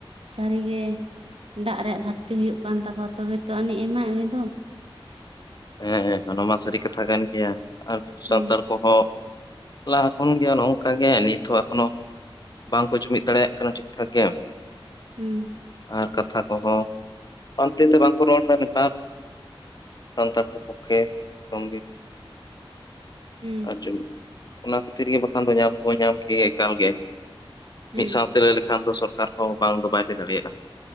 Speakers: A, on the right; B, on the left.
A: ᱥᱟᱹᱨᱤ ᱜᱮ ᱾ ᱫᱟᱜ ᱨᱮᱭᱟᱜ ᱜᱷᱟᱴᱛᱤ ᱦᱩᱭᱩᱜ ᱠᱟᱱ ᱛᱟᱠᱚᱣᱟ ᱛᱚᱵᱮ ᱛᱚ ᱟᱹᱱᱤᱡ ᱮᱢᱟᱭ ᱩᱱᱤ ᱫᱚ ᱾
B: ᱦᱮᱸ ᱦᱮᱸ ᱚᱱᱟ ᱢᱟ ᱥᱟᱹᱨᱤ ᱠᱟᱛᱷᱟ ᱠᱟᱱ ᱜᱮᱭᱟ ᱟᱨ
A: ᱦᱩᱸ
B: ᱥᱟᱱᱛᱟᱲ ᱠᱚᱦᱚᱸ ᱞᱟᱦᱟ ᱠᱷᱚᱱ ᱜᱮ ᱚ ᱱᱚᱝᱠᱟ ᱜᱮ ᱱᱤᱛ ᱦᱚᱸ ᱮᱠᱷᱚᱱᱳ ᱵᱟᱝ ᱠᱚ ᱡᱩᱢᱤᱜ ᱫᱟᱲᱮᱭᱟᱜ ᱠᱟᱱᱟ ᱴᱷᱤᱠ ᱴᱷᱟᱠ ᱜᱮ ᱾
A: ᱦᱩᱸ
B: ᱟᱨ ᱠᱟᱛᱷᱟ ᱠᱚᱦᱚᱸ ᱯᱟᱱᱛᱮ ᱛᱮ ᱵᱟᱝᱠᱚ ᱨᱚᱲᱫᱟ ᱱᱮᱛᱟᱨ ᱾ ᱥᱟᱱᱛᱟᱲ ᱠᱚ ᱯᱚᱠᱷᱮ ᱮᱠᱫᱚᱢᱜᱤ
A: ᱦᱩᱸ
B: ᱟᱡᱩᱜ ᱾ ᱚᱱᱟ ᱠᱷᱟᱹᱛᱤᱨ ᱜᱤ ᱵᱟᱠᱷᱟᱱ ᱫᱚ ᱧᱟᱢ ᱫᱚᱵᱚᱱ ᱧᱟᱢ ᱠᱮ ᱮᱠᱟᱞ ᱜᱮ
A: ᱦᱩᱸ
B: ᱢᱤᱜ ᱥᱟᱶ ᱛᱮ ᱞᱟᱹᱭ ᱞᱮᱠᱷᱟᱱ ᱫᱚ ᱥᱚᱜ ᱠᱟᱨᱦᱚᱸ ᱵᱟᱝ ᱫᱚ ᱵᱟᱭ ᱞᱟᱹᱭ ᱫᱟᱲᱮᱭᱟᱜᱼᱟ ᱾